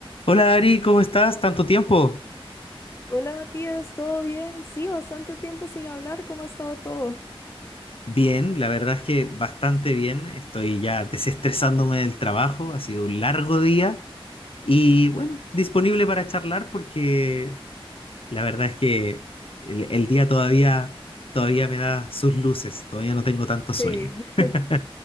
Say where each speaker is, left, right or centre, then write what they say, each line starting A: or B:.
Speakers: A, on the left; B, on the left.
A: Hola Ari, ¿cómo estás? ¿Tanto tiempo?
B: Hola Matías, ¿todo bien? Sí, bastante tiempo sin hablar, ¿cómo ha estado todo?
A: Bien, la verdad es que bastante bien. Estoy ya desestresándome del trabajo, ha sido un largo día y bueno, disponible para charlar porque la verdad es que el, el día todavía, todavía me da sus luces, todavía no tengo tanto sueño.
B: Sí, <laughs>
A: <laughs>